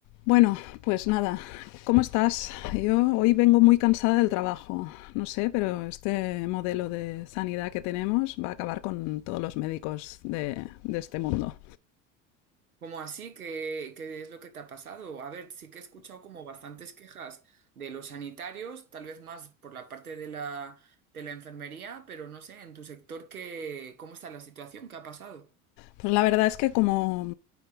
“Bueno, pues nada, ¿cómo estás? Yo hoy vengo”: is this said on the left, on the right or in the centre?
Left